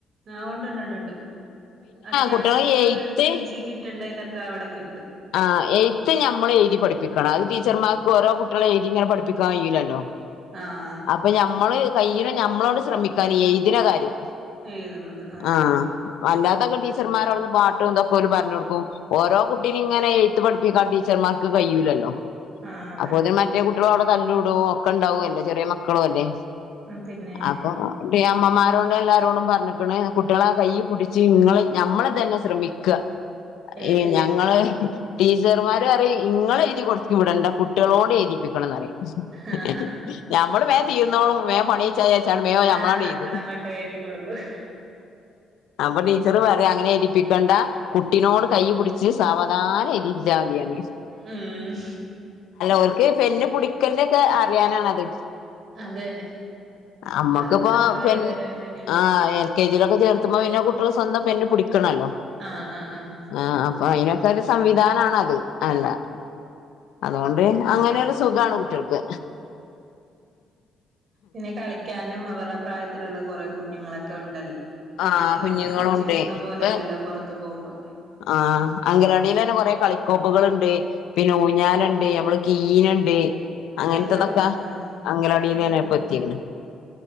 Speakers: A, on the right; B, on the left.
A: ആഹ് ഒണ്ട് ഒണ്ട് ഒണ്ട് അത്യാവശ്യൊരു
B: കുട്ടികളെ എയ്ത്ത്
A: എൽ കെ ജി ക് കിട്ടണ്ട ഇതക്ക അവിടെ കിട്ടും.
B: ആഹ് എയ്ത്ത് ഞമ്മള് എയ്തി പഠിപ്പിക്കണ അത് ടീച്ചർമാർക്ക് ഓരോ കുട്ടീളെ എയ്തി ഇങ്ങനെ പഠിപ്പിക്കായൂലല്ലോ.
A: ആഹ്
B: അപം ഞമ്മള് കയ്യിണെ ഞമ്മളോട് ശ്രമിക്കാന് ഈ എയ്ത്ണെ കാര്യം.
A: എഴുതുന്നത് ആ
B: ആഹ് അല്ലാത്തൊക്കെ ടീച്ചർമാരവ്ടുന്ന് പാട്ടും തൊക്കെ ഓര് പറഞ്ഞൊടുക്കു ഓരോ കുട്ടീനേം ഇങ്ങനെ എയ്ത്ത് പഠിപ്പിക്കാ ടീച്ചർമാർക്ക് കയ്യൂലല്ലോ
A: ആ ആ അതെ
B: അപ്പൊ ത് മ മറ്റേ കുട്ടിള അടെ തല്ലൂടു ഒക്കെ ഉണ്ടാവുല്ലോ ചെറിയ മക്കളു അല്ലേ
A: പിന്നെ
B: അപ്പൊ അമ്മമാരോടെ എല്ലാരോടും പർഞ്ഞ്ക്കണ് കുട്ട്യേളെ കയ്യ് പുടിച്ച് ഇങ്ങള് ഞമ്മള് തന്നെ ശ്രമിക്ക.
A: എഴുതിക്കാൻ
B: ഏയ് ഞങ്ങള്
A: ആ
B: ടീച്ചർമാര് പറയു ഇങ്ങള് എഴുതി കൊട്ത്ത് വിടണ്ട കുട്ടിളോട് എയ്തിപ്പി <unintelligible>
A: ആ
B: ഞമ്മള് വേം തീർന്നോളും വേം പണി ചെ ചാണ്ട് വേം
A: ആ
B: ഞമ്മളടണ്ട്
A: നമ്മളങ്ങോട്ട്
B: എയ്തു.
A: എഴുതി കൊടുക്കും
B: അപ്പൊ ടീച്ചറ് പറയൊ അങ്ങനെ എയ്തിപ്പിക്കണ്ട കുട്ടിനോട് കൈ പുടിച്ച് സാവധാന എനിപ്പിച്ചാതീന്ന്
A: ഉം
B: ഓൽക്ക് പെന്ന് പുടിക്കണ്ടിയൊക്കെ അറിയാനാണത്.
A: അത് തന്നെ
B: അമ്മക്ക്പ്പൊ
A: അതൊക്കെ ആയി
B: പെൺ
A: വരാൻ വേണ്ടിട്ട്
B: ആഹ് എൻ കെ ജി ലൊക്കെ ചേർതുമ്പോ പിന്നെ കുട്ടിള് സ്വന്തം പെന്ന് പുടിക്കണല്ലോ.
A: ആഹ് ആഹ് ആഹ്
B: ആ അപ്പൊ അയിനൊക്കൊരു സംവിധാനണത് അല്ല അതുകൊണ്ട് അങ്ങനെയൊരു സുഖാണ് കുട്ട്യ ൾക്ക്
A: പിന്നെ കളിക്കാനും അവർടെ പ്രായത്തിലുള്ള കുറെ കുഞ്ഞുങ്ങളൊക്കെ ഉണ്ടല്ലോ വീട്ടില്
B: ആഹ് കുഞ്ഞുങ്ങളുണ്ട്
A: നമ്മള് പിടിച്ചിരുത്തുന്ന പോലെയല്ലല്ലോ
B: ഇപ്പ
A: പൊറത്ത് പോമ്പോ
B: ആഹ് അങ്കലാടിലന്നെ കൊറെ കളിക്കോപ്പുകള്ണ്ട് പിന്നെ ഊഞ്ഞാലൊണ്ട്
A: ഉം
B: അമ്മള് കീനൊണ്ട് അങ്ങൻത്തതൊക്ക
A: എല്ലാം ഉണ്ട് ആഹ്
B: അംഗലവാടിലന്നെ
A: അത് തന്നെ
B: ഇപ്പൊ െ <unintelligible>